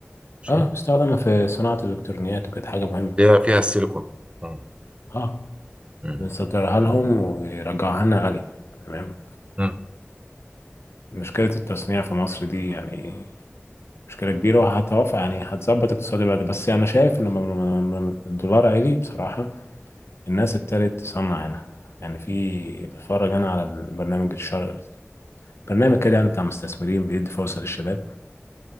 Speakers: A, on the right; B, on the left.
A: ماشي
B: اه بتستخدم في صناعة الإلكترونيات وكده حاجة مهمة
A: اللي هي فيها السيليكون مم.
B: اه
A: مم.
B: بنصدرها لهم ويرجعوها لنا غالية تمام
A: مم.
B: فمشكلة التصنيع في مصر دي يعني مشكلة كبيرة وهتوافق يعني هتظبط اقتصادي بعد بس أنا شايف إن م- م- م- الدولار عالي بصراحة الناس ابتدت تصنع هنا يعني في بتفرج انا على البرنامج الشر برنامج كده يعني بتاع مستثمرين بيدي فرصة للشباب